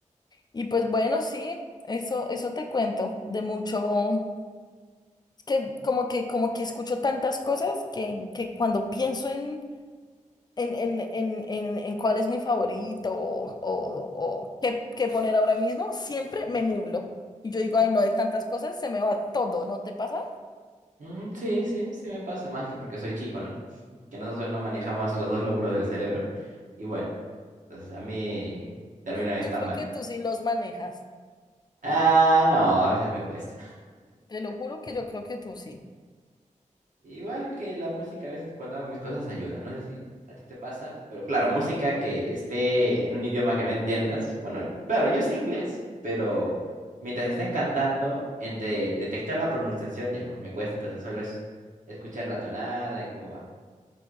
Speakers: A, on the left; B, on the right.
A: y pues bueno, sí, eso, eso te cuento de mucho, es que como que, como que escucho tantas cosas que, que cuando pienso en, en, en, en, en, en cuál es mi favorito o, o, o qué, qué poner ahora mismo, siempre me nublo. Y yo digo, ay, no, de tantas cosas se me va todo, ¿no te pasa?
B: Mm, sí, sí, sí me pasa, más que porque soy chico, ¿no? Que nosotros no manejamos los dos lóbulos del cerebro. Y bueno, entonces a mí termino en
A: Yo
B: stand-by.
A: creo que tú sí los manejas.
B: Ah, no, a veces me cuesta.
A: Te lo juro que yo creo que tú sí.
B: Igual que la música, a veces cuando hago mis cosas ayuda. No sé si a ti te pasa, pero claro, música que esté en un idioma que no entiendas. Bueno, claro, yo sé inglés, pero mientras estén cantando, entre detectar la pronunciación ya, pues me cuesta, entonces solo es escuchar la tonada y cómo va.